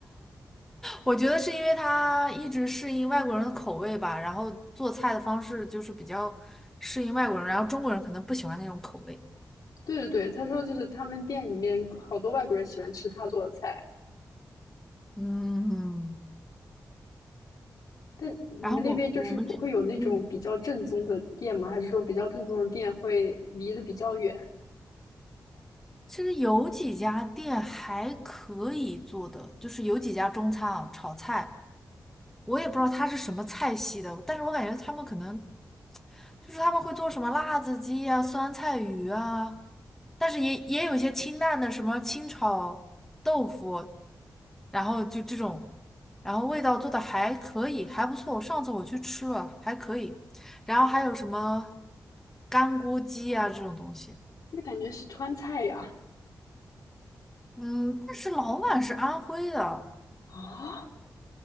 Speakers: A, in the centre; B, on the left.
A: 我觉得是因为他一直适应外国人的口味吧，然后做菜的方式就是比较适应外国人，然后中国人可能不喜欢那种口味。
B: <laughs> 对对对，他说就是他们店里面好多外国人喜欢吃他做的菜。
A: 嗯，
B: 但你们那边就是不会有那种比较正宗的店吗？
A: 然后我我们这，嗯，
B: 还是说比较正宗的店会离得比较远？
A: 其实有几家店还可以做的，就是有几家中餐啊，炒菜。我也不知道它是什么菜系的，但是我感觉他们可能就是他们会做什么辣子鸡呀、酸菜鱼啊，但是也也有一些清淡的，什么清炒豆腐，然后就这种，然后味道做的还可以，还不错。上次我去吃了，还可以。然后还有什么干锅鸡啊这种东西，
B: 那感觉是川菜呀。
A: 嗯，但是老板是安徽的。
B: 啊，